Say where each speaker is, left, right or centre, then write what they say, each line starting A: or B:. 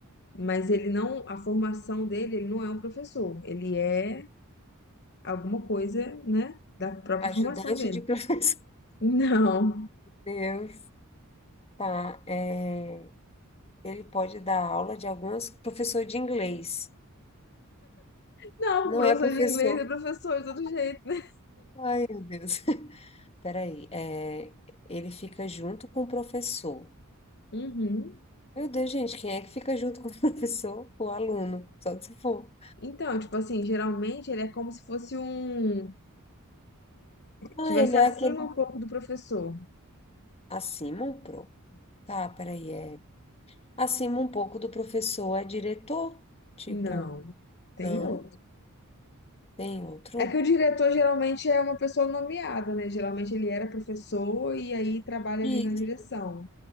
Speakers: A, on the left; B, on the left.
A: Mas ele não, a formação dele, ele não é um professor. Ele é alguma coisa, né, da própria
B: Ajudante
A: formação dele.
B: de professor.
A: Não.
B: <laughs> Deus. Tá, é, ele pode dar aula de algumas professor de inglês.
A: Não,
B: Não
A: professor
B: é professor.
A: de inglês é professor de todo jeito, né?
B: Ai, meu Deus. <laughs> Peraí, é, ele fica junto com o professor.
A: Uhum.
B: Meu Deus, gente, quem é que fica junto com o <laughs> professor? O aluno, só se for.
A: Então, tipo assim, geralmente ele é como se fosse um
B: Ah,
A: Tivesse
B: ele
A: acima
B: é aquele
A: um pouco do professor.
B: acima um pouco. Tá, peraí, é acima um pouco do professor é diretor? Tipo,
A: Não, tem
B: não,
A: outro.
B: tem outro?
A: É que o diretor geralmente é uma pessoa nomeada, né? Geralmente ele era professor e aí trabalha
B: Isso.
A: ali na direção.